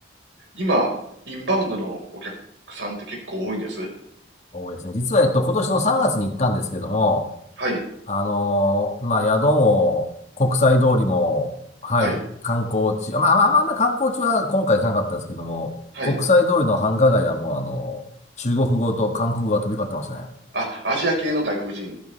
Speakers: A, on the right; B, on the left.
A: 今、インバウンドのお客さんって結構多いんです
B: 多いですね。実は、えっと、今年の3月に行ったんですけども、
A: はい、
B: あのーまあ宿も国際通りも、はい、
A: はい、
B: 観光地、まあまあまあ、まあ観光地は今回行かなかったんですけども、
A: はい。
B: 国際通りの繁華街はもうあの、中国語と韓国語が飛び交ってましたね。
A: あ、アジア系の外国人